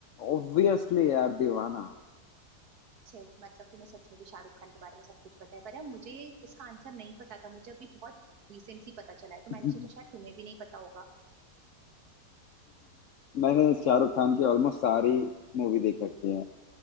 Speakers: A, on the left (about 75°); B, on the right (about 60°).
A: ऑब्वियसली यार दीवाना
B: छे मतलब तुम्हें सच में भी शाहरुख खान के बारे में सब कुछ पता है पता है मुझे इसका आंसर नहीं पता था मुझे अभी बहुत रिसेंटली पता चला है तो
A: <laughs>
B: मैंने सोचा शायद तुम्हें भी नहीं पता होगा
A: मैंने शाहरुख खान की ऑलमोस्ट सारी मूवी देख रखी है